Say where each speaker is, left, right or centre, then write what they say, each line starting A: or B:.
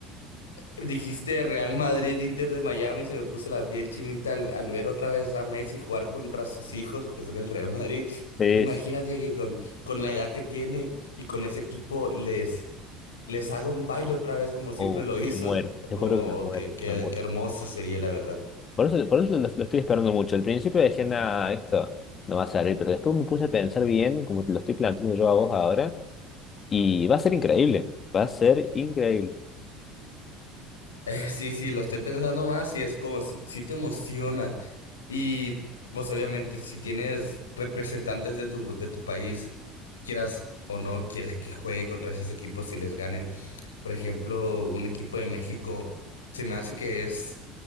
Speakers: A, on the left (about 90°); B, on the left (about 35°).
A: Dijiste Real Madrid, Inter de Miami, se me puso la piel chinita al, al ver otra vez a Messi jugar contra sus hijos, que son el Real Madrid.
B: Es,
A: Imagínate que con, con la edad que tiene y con ese equipo les, les haga un baile otra vez como siempre
B: oh,
A: lo hizo.
B: me muero, te
A: No,
B: juro que me muero,
A: qué, qué,
B: me muero.
A: qué hermoso sería, la verdad.
B: Por eso, por eso lo, lo estoy esperando mucho. Al principio decía, nada, esto no va a salir, pero después me puse a pensar bien, como te lo estoy planteando yo a vos ahora, y va a ser increíble, va a ser increíble.
A: Eh, sí, sí, lo estoy pensando más y es como si, si te emociona. Y pues obviamente si tienes representantes de tu, de tu país, quieras o no, quieres que juegue contra esos equipos y les ganen. Por ejemplo, un equipo de México, se me hace que es